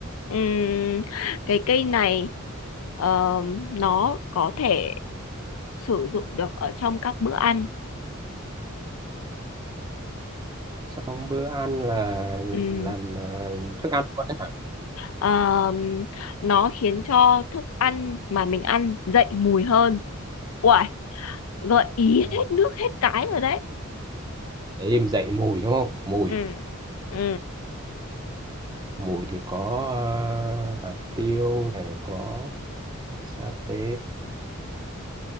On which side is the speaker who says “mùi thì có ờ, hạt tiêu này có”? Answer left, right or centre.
Right